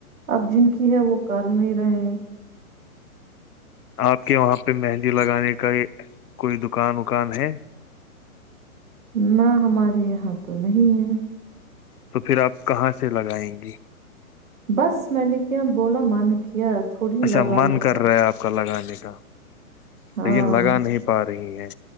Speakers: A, on the right; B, on the left.
A: اب جن کی ہے وہ کا س نہیں رہے ہیں <unintelligible> <inaudible>
B: آپ کے وہاں پہ مہندی لگانے کا کوئی دکان وکان ہے
A: نہ ہمارے یہاں تو نہیں ہے
B: تو پھر آپ کہاں سے لگائیں گے
A: بس میں نے کیا بولا من کیا تھوڑی
B: اچھا
A: لگانے
B: من کر رہا ہے آپ کا لگانے کا <inaudible>
A: ہاں
B: لیکن لگا نہیں پا رہی ہے